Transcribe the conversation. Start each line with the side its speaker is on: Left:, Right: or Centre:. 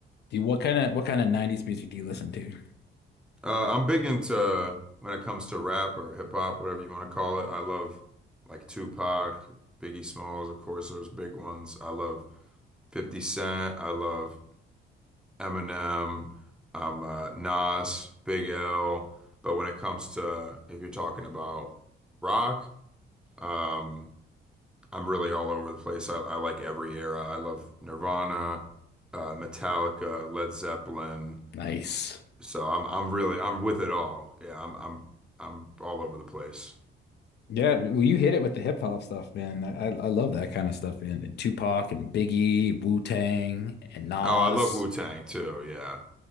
Left: Do you, what kind of what kind of 90s music do you listen to?
Centre: Uh, I'm big into when it comes to rap or hip hop, whatever you want to call it. I love like Tupac, Biggie Smalls, of course, those big ones. I love 50 Cent. I love Eminem. I'm uh, Nas, Big L. But when it comes to if you're talking about rock, um, I'm really all over the place. I, I like every era. I love Nirvana, uh, Metallica, Led Zeppelin.
Left: Nice.
Centre: So I'm I'm really I'm with it all. Yeah, I'm I'm I'm all over the place.
Left: Yeah, well, you hit it with the hip hop stuff, man. I I I love that kind of stuff, man. And Tupac and Biggie, Wu-Tang and Nas.
Centre: Oh, I love Wu-Tang too. Yeah,